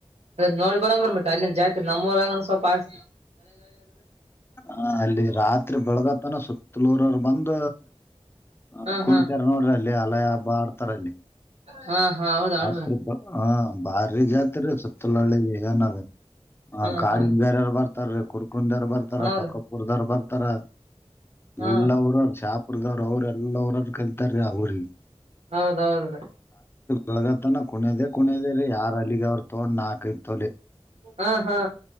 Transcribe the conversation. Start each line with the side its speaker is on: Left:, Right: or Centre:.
Right: ನೋಡಿ ಬರೋ ಬ ಮತ್ತೆ ಅಲ್ಲಿ ಜಾತ್ತಿ ನಮ್ಮ್ ಸ್ವಪ ಆಸ
Left: ಹ ಅಲ್ಲಿ ರಾತ್ರಿ ಬೆಳಗತನ ಸುತ್ತಲೂರರ್ ಬಂದ ಒಂದು
Right: ಹಾ
Left: ಕುಣಿತರ
Right: ಹಾ
Left: ನೋಡ್ರಿ ಅಲ್ಲಿ ಹಲ ಹಬ್ಬ ಆಡ್ತಾರ ಅಲ್ಲಿ
Right: ಹಾ ಹಾ ಹೌದನ್ರಿ
Left: ಜಾತ್ ಹ ಬಾರಿ ಜಾತ್ರೆ ಸುತ್ತಲ ಹಳ್ಳಿಗೆಗನ ಅದ ಹ
Right: ಹಾ
Left: ಕಾಡಿನಗಾರಾರ
Right: ಹಾ
Left: ಬರ್ತಾರೀ ಕುರ್ಕಂದಾರ್ ಬರ್ತಾರ
Right: ಹಾ
Left: ಟಕಪುರ್ದಾರ್
Right: ರೀ
Left: ಬರ್ತಾರ
Right: ಹಾ
Left: ಎಲ್ಲರ ಶಾಪರದವ್ರ ಅವ್ರ ಎಲ್ಲರ್ರರು ಕಲ್ತಾರೀ ಅವ್ರಿಗೆ
Right: ಹೌದೌದ್ರೀ
Left: ಒಳಗತನ ಕುನದೆೇ ಕುನದ ರೀ ಯಾರ್ ಅಲ್ಲಿಗೆ ಅವ್ರ ತೊಗೊಂಡ್ ನಾಕೈಐತ್ತೊಲಿ
Right: ಹಾ ಹಾ